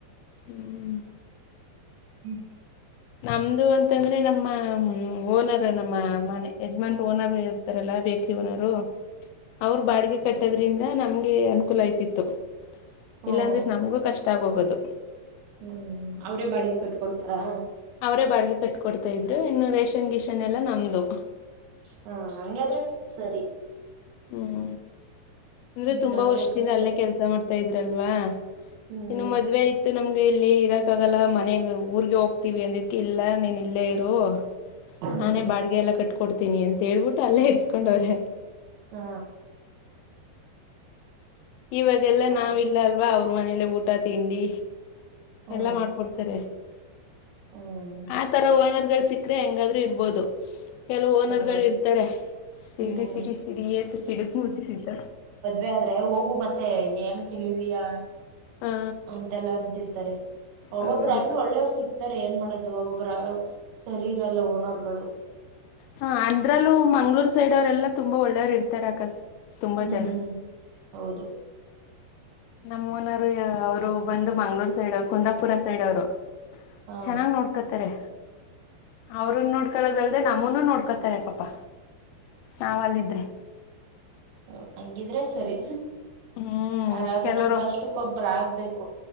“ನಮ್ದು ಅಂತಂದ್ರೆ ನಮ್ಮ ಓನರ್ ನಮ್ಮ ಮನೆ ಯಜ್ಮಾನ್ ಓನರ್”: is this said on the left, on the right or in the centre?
Left